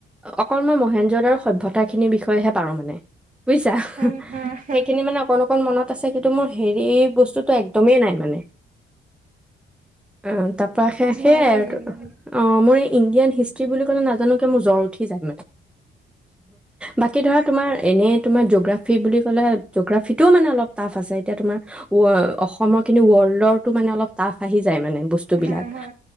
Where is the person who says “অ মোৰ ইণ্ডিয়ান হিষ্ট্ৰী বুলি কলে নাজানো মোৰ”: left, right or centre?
Centre